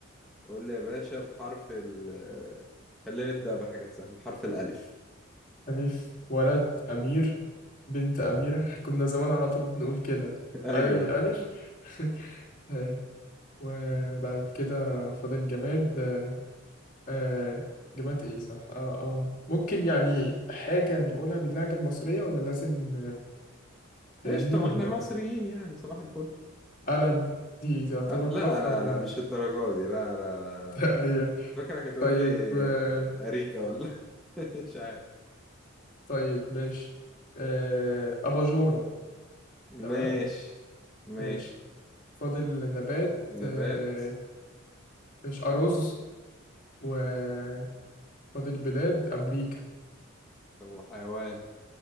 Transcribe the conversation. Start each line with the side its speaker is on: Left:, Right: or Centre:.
Centre: قول لي يا باشا بحرف ال خلينا نبدأ بحاجات سهلة بحرف الألف
Left: ألف ولد أمير بنت أميرة <laughs> كنا زمان على طول بنقول كده
Centre: <laughs> أيوه
Left: ألف ألف <laughs> طيب، وبعد كده فاضل جماد آه جماد ايه صح اه اه ممكن يعني حاجة نقولها باللهجة المصرية ولا لازم فاهمني
Centre: قشطة
Left: ولا
Centre: ما احنا مصريين
Left: إيه؟
Centre: يعني صباح الفل
Left: قلم دي تعتبر
Centre: أه، لا
Left: قاف
Centre: لا
Left: ولا
Centre: لا مش الدرجة دي لا لا لا لا
Left: <laughs> أيوة.
Centre: فاكرك هتقول
Left: طيب
Centre: لي
Left: آه،
Centre: أريكة ولا <laughs> مش عارف
Left: طيب ماشي آه، أباجورة
Centre: ماشي
Left: تمام
Centre: ماشي
Left: ماشي فاضل نبات
Centre: نبات
Left: آه، ماشي أرز وفاضل بلاد أمريكا
Centre: وحيوان